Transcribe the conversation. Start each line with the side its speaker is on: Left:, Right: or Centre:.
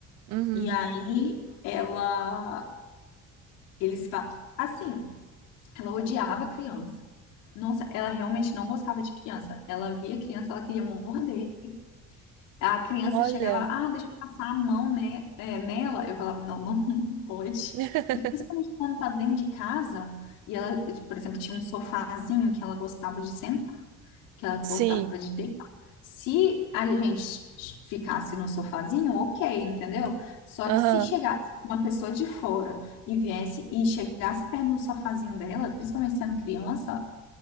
Right: Uhum.
Left: E aí ela Eles falam. Assim, ela odiava criança. Nossa, ela realmente não gostava de criança. Ela via criança, ela queria morder. A criança
Right: Olha.
Left: chegava, ah, deixa eu passar a mão, né, é, nela. Eu falava, não, não, não pode.
Right: <laughs>
Left: Principalmente quando tá dentro de casa. E ela, por exemplo, tinha um sofazinho que ela gostava de sentar que ela
Right: Sim.
Left: gostava de deitar. Se a gente ficasse no sofazinho, ok, entendeu? Só
Right: Aham.
Left: que se chegasse uma pessoa de fora e viesse e chegasse perto do sofazinho dela, principalmente sendo criança,